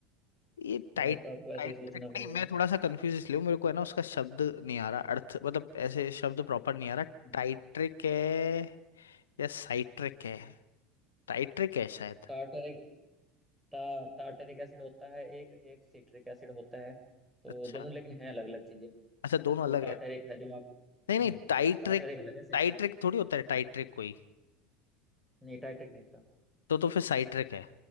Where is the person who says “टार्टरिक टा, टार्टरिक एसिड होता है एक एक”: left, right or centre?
Centre